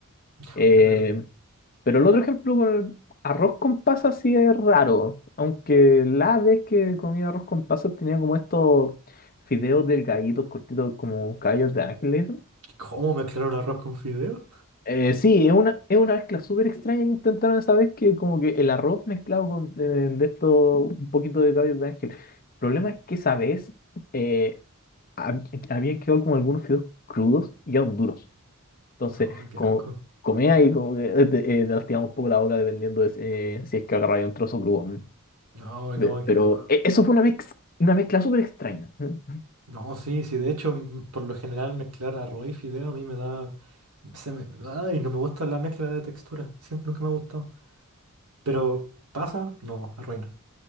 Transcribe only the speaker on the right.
<laughs>
Qué raro.
¿Cómo mezclaron arroz con fideo?
No, qué
asco.
No,
no, qué
asco.
No, sí, sí, de hecho, m- por lo general mezclar arroz y fideo a mí me da... Se me, ay, no me gusta la mezcla de textura. Siempre, nunca me ha gustado. Pero pasa, no, arruina.